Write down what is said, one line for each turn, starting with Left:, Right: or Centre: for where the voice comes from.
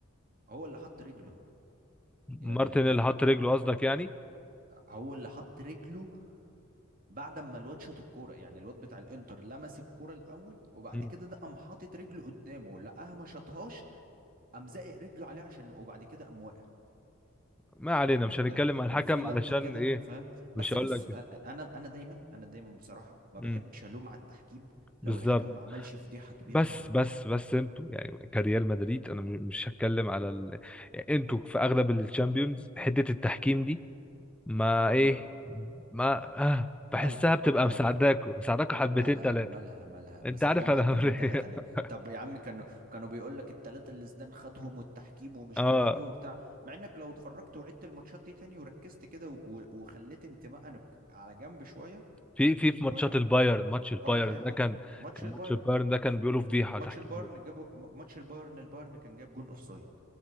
Right: هو اللي حط رجله يعني
Centre: مارتن
Right: فاهم
Centre: اللي حط رجله
Right: ه-
Centre: قصدك يعني
Right: هو اللي حط رجله بعد ما الواد شاط الكوره يعني الواد بتاع الانتر لمس الكوره الاول وبعد
Centre: مم.
Right: كده ده قام حاطط رجله قدامه لقاها ما شاطهاش قام زائق رجله عليه عشان وبعد كده قام واقع
Centre: ما علينا
Right: يعني
Centre: مش هنتكلم
Right: آه،
Centre: على الحكم
Right: كان في لقطه
Centre: علشان
Right: كده
Centre: ايه
Right: فاهم
Centre: مش
Right: بس
Centre: هقول
Right: بص
Centre: لك
Right: آه، آه، انا انا دايما انا دايما بصراحه ما
Centre: مم.
Right: بحبش الوم على التحكيم لو
Centre: بالظبط
Right: الحكم ما عملش فضيحه كبيره
Centre: بس
Right: قوي
Centre: بس بس انتوا يعني كريال مدريد انا م- مش هتكلم على ال... يعني انتوا في اغلب الشامبيونز حته التحكيم دي ما ايه
Right: اه
Centre: ما آه بحسها
Right: مالها
Centre: بتبقى
Right: مالها
Centre: مساعداكوا مساعداكوا حبتين
Right: مالها
Centre: ثلاثه
Right: مالها مالها مساعدانا
Centre: انت عارف انا
Right: حبتين
Centre: هقول
Right: تلاتة
Centre: ايه
Right: ليه
Centre: <laughs>
Right: طب يا عم كانوا كانوا بيقول لك التلاتة اللي زدان خدهم والتحكيم ومش
Centre: اه
Right: عارف ايه وبتاع مع انك لو اتفرجت وعدت الماتشات دي تاني وركزت كده و- وخليت انتمائك على جنب شوية
Centre: في في في ماتشات
Right: ولا
Centre: البايرن ماتش البايرن
Right: ولا اي
Centre: ده
Right: حاجة
Centre: كان
Right: ماتش
Centre: كان
Right: البايرن
Centre: ماتش البايرن ده كان بيقولوا فضيحه
Right: ماتش
Centre: تحكيم
Right: البايرن جابوا م- ماتش البايرن البايرن كان جاب جون اوف سايد